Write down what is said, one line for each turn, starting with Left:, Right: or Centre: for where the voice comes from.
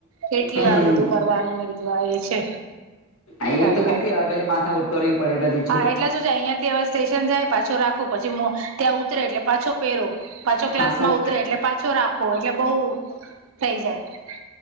Right: કેટલી
Left: હમ
Right: વાર બધું કરવાનું મેવા એ છે.
Left: એ
Right: કાઢવાનું.
Left: તો કેટલી વાર માથા કરવી પડેછી.
Right: હા એટલે શું જાય અહિયાં થી હવે સ્ટેશન જાય પાછો રાખો પછી ત્યાં ઉતરે એટલે પાછો પહેરો. પાછો ક્લાસમાં
Left: હા સરચ
Right: ઉતરે એટલે પાછો રાખો એટલે બહુ થઈ જાય